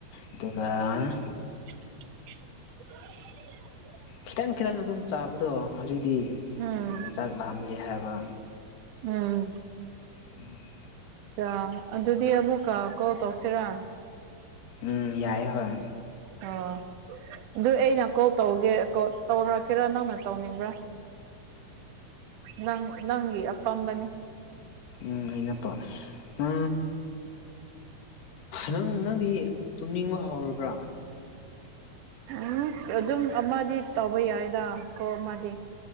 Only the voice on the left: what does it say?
ꯑꯗꯨꯒ ꯑꯗꯨꯒ
ꯈꯤꯇꯪ ꯈꯤꯇꯪ ꯑꯗꯨꯝ ꯆꯥꯕꯗꯣ ꯍꯧꯖꯤꯛꯇꯤ
ꯆꯥꯛ ꯂꯥꯛꯝꯗ꯭ꯔꯦ ꯍꯥꯏꯕ
ꯎꯝ
ꯎꯝ ꯌꯥꯏꯑ ꯍꯣꯏ
ꯎꯝ ꯑꯩꯅꯠꯇꯣ ꯑ ꯅꯪ ꯅꯪꯗꯤ ꯇꯨꯝꯅꯤꯡꯕ ꯍꯧꯔꯕ꯭ꯔꯥ